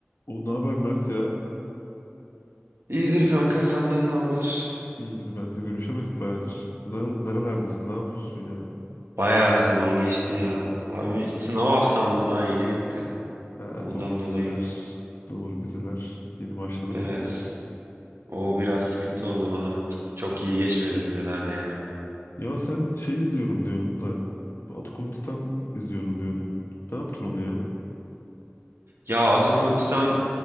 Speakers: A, on the left; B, on the right.
A: O ne haber Mert ya?
B: İyidir kanka senden ne haber?
A: İyidir ben de görüşemedik bayağıdır. Ne, nerelerdesin? Ne yapıyorsun ya?
B: Bayağı bir zaman geçti ya. Abi sınav haftamdı daha yeni bitti.
A: Ha,
B: Ondan
A: doğru vizeler.
B: dolayı.
A: Doğru vizeler. Yeni başladı
B: Evet.
A: bitti.
B: O biraz sıkıntı oldu bana. Çok iyi geçmedi vizelerde ya.
A: Ya sen şey izliyorum diyordun da. Bu Attack on Titan izliyorum diyordun. Ne yaptın onu ya?
B: Ya Attack on Titan